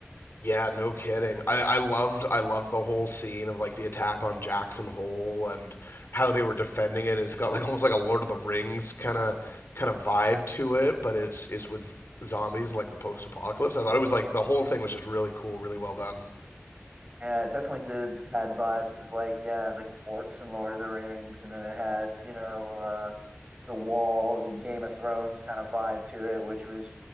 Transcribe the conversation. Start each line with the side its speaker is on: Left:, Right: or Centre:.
Left: Yeah, no kidding. I, I loved I loved the whole scene of like the attack on Jackson Hole and how they were defending it. It's got like almost like a Lord of the Rings kind of kind of vibe to it, but it's is with zombies and like the post apocalypse. I thought it was like the whole thing was just really cool, really well done.
Right: Yeah, it definitely did had vibes of like, yeah, like orcs and Lord of the Rings, and then it had, you know, uh, the wall and Game of Thrones kind of vibe to it, which was